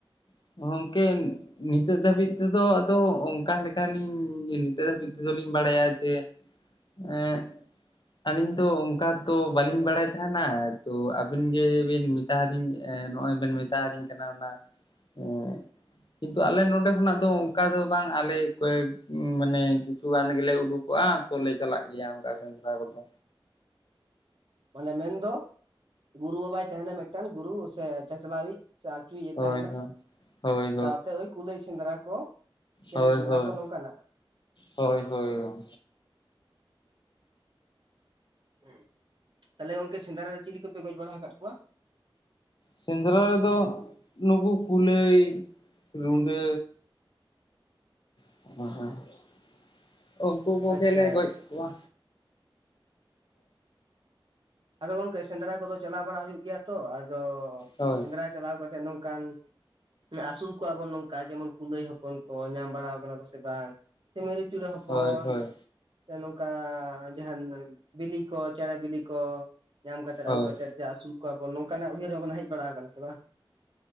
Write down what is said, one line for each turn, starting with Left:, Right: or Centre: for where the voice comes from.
Left: <unintelligible> ᱜᱚᱝᱠᱮ ᱱᱤᱛᱚᱜ ᱫᱷᱟᱹᱵᱤᱡ ᱛᱮᱫᱚ ᱟᱫᱚ, ᱚᱱᱠᱟ ᱞᱮᱠᱟᱞᱤᱧ ᱱᱤᱛᱚᱜ ᱫᱷᱟᱹᱵᱤᱡ ᱛᱮᱫᱚ, ᱞᱤᱧ ᱵᱟᱲᱟᱭᱟ ᱡᱮ ᱮᱜ ᱟᱹᱞᱤᱧ ᱫᱚ ᱚᱱᱠᱟ ᱛᱚ, ᱵᱟᱹᱞᱤᱧ ᱵᱟᱲᱟᱭ ᱛᱟᱦᱮᱱᱟ ᱛᱚ ᱟᱵᱤᱱ ᱡᱮ ᱵᱤᱱ ᱢᱮᱛᱟ ᱫᱤᱧ ᱱᱚᱜᱼᱚᱭ, ᱵᱮᱱ ᱢᱮᱛᱟᱞᱤᱧ ᱠᱟᱱᱟ ᱚᱱᱟᱼᱼ ᱮᱸ ᱜᱠᱤᱱᱛᱩ ᱟᱞᱮ ᱱᱚᱰᱮ ᱠᱷᱚᱱᱟᱜ ᱫᱚ, ᱚᱱᱠᱟ ᱫᱚ ᱵᱟᱝ ᱟᱞᱮ ᱠᱚᱭᱮ ᱢᱟᱱᱮ ᱠᱤᱪᱷᱩ ᱜᱟᱱ ᱜᱮᱞᱮ ᱩᱰᱩᱠᱚᱜᱼᱟ, ᱛᱚᱞᱮ ᱪᱟᱞᱟᱜ ᱜᱮᱭᱟ ᱚᱱᱠᱟ ᱥᱮᱸᱫᱽᱨᱟ ᱠᱚᱫᱚ᱾
Right: ᱢᱟᱱᱮ ᱢᱮᱱᱫᱚ ᱜᱩᱨᱩ ᱵᱟᱵᱟᱭ ᱛᱟᱦᱮᱱᱟ ᱢᱮᱜᱴᱮᱱ ᱜᱩᱨᱩ ᱥᱮ ᱪᱟᱪᱞᱟᱣᱤᱡ᱾ ᱥᱮ ᱟᱹᱪᱩᱭᱮᱫ ᱮ
Left: ᱦᱳᱭ
Right: ᱛᱟᱦᱮᱱᱟ
Left: ᱦᱳᱭ ᱦᱳᱭ
Right: ᱥᱟᱶᱛᱮ ᱳᱭ ᱠᱩᱞᱟᱹᱭ ᱥᱮᱸᱫᱽᱨᱟ ᱠᱚ᱾ ᱪᱮᱬᱮ
Left: ᱦᱳᱭ,
Right: ᱥᱮᱸᱫᱽᱨᱟ
Left: ᱦᱳᱭ,
Right: ᱠᱚ ᱱᱚᱝᱠᱟᱱᱟᱜ
Left: ᱦᱳᱭ, ᱦᱳᱭ, ᱜᱚ
Right: ᱦᱮᱸ ᱛᱟᱦᱞᱮ ᱜᱚᱝᱠᱮ ᱥᱮᱸᱫᱽᱨᱟ ᱨᱮ ᱪᱤᱞᱤ ᱠᱚᱯᱮ ᱜᱚᱡ ᱵᱟᱲᱟ ᱟᱠᱟᱫ ᱠᱚᱣᱟ᱾
Left: ᱥᱮᱸᱫᱽᱨᱟ ᱨᱮᱫᱚ ᱱᱩᱠᱩ ᱠᱩᱞᱟᱹᱭ ᱨᱩᱱᱰᱟᱹ <unintelligible> ᱳᱝᱠᱳ ᱠᱚᱜᱮ
Right: ᱟᱪᱪᱷᱟ
Left: ᱞᱮ ᱠᱚᱡᱼᱼ ᱠᱚᱣᱟᱼᱼ
Right: ᱟᱫᱚ ᱜᱚᱢᱠᱮ ᱥᱮᱸᱫᱽᱨᱟ ᱠᱚᱫᱚ ᱪᱟᱞᱟᱣ ᱵᱟᱲᱟ ᱦᱩᱭᱩᱜ ᱜᱮᱭᱟ ᱛᱚ ᱟᱫᱚ
Left: ᱦᱳᱭ
Right: ᱥᱮᱸᱫᱽᱨᱟ ᱪᱟᱞᱟᱣ ᱠᱟᱛᱮ ᱱᱚᱝᱠᱟᱱᱼᱼ ᱟᱹᱥᱩᱞ ᱠᱚᱣᱟ ᱠᱚ ᱱᱚᱝᱠᱟ ᱡᱮᱢᱚᱱ ᱠᱩᱞᱟᱹᱭ ᱦᱚᱯᱚᱱ ᱠᱚ ᱧᱟᱢ ᱵᱟᱲᱟᱣ ᱠᱟᱱᱟ ᱠᱚ ᱥᱮ ᱵᱟᱝ᱾ ᱥᱮ ᱢᱮᱨᱩ ᱪᱩᱲᱟᱹ ᱦᱚᱯᱚᱱ᱾
Left: ᱦᱳᱭ ᱦᱳᱭ
Right: ᱥᱮ ᱱᱚᱝᱠᱟ ᱡᱟᱦᱟᱱ ᱵᱤᱞᱤ ᱠᱚ ᱪᱮᱬᱮ ᱵᱤᱞᱤ ᱠᱚ᱾ ᱧᱟᱢ ᱠᱟᱛᱮᱫ, ᱟᱹᱜᱩ
Left: ᱦᱳᱭ
Right: ᱠᱟᱛᱮᱫ, ᱡᱮ ᱟᱹᱥᱩᱞ ᱠᱚᱣᱟ ᱠᱚ ᱱᱚᱝᱠᱟᱱᱟᱜ ᱩᱭᱦᱟᱹᱨ ᱵᱷᱟᱵᱚᱱᱟ ᱦᱮᱡ ᱵᱟᱲᱟ ᱟᱠᱟᱱᱟ ᱥᱮ ᱵᱟᱝ?